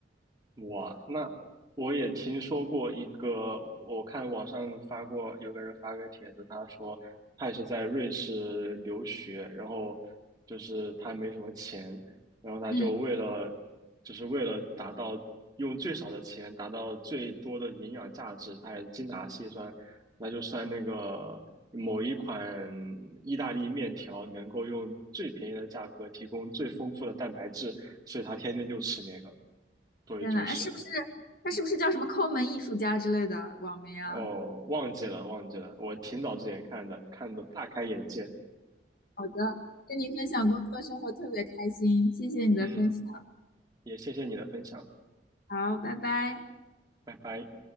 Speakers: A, on the right (about 20°); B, on the left (about 50°).
A: 哇，那我也听说过一个，我看网上发过，有个人发个帖子，他说他也是在瑞士留学，然后就是他没什么钱，然后他就为了，
B: 嗯，
A: 就是为了达到用最少的钱达到最多的营养价值，他也精打细算，那就算那个某一款意大利面条能够用最便宜的价格提供最丰富的蛋白质，所以他天天就吃那个作为主食。
B: 天呐，那是不是他是不是叫什么抠门艺术家之类的网名啊？
A: 哦，忘记了，忘记了，我挺早之前看的，看的大开眼界。
B: 好的，跟你分享工作生活特别开心，谢谢你的分享。
A: 嗯，也谢谢你的分享，
B: 好，拜拜。
A: 拜拜。